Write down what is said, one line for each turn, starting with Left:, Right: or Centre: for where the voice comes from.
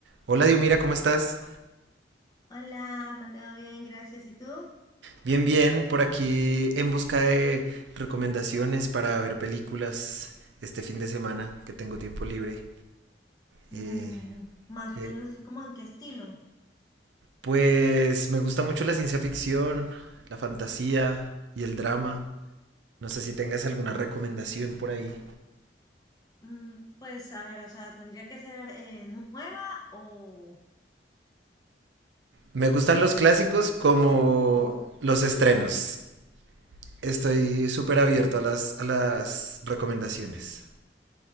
Right: Hola Diomira, ¿cómo estás?
Left: Hola, Mateo, bien, gracias. ¿Y tú?
Right: Bien, bien, por aquí en busca de recomendaciones para ver películas este fin de semana que tengo tiempo libre.
Left: Mm,
Right: Eh,
Left: más
Right: que,
Left: o menos así como en qué estilo.
Right: pues me gusta mucho la ciencia ficción, la fantasía y el drama. No sé si tengas alguna recomendación por ahí.
Left: Mm, pues a ver, o sea, tendría que ser eh, nueva o,
Right: Me gustan los clásicos como
Left: o,
Right: los estrenos. Estoy súper abierto
Left: o,
Right: a las, a las recomendaciones.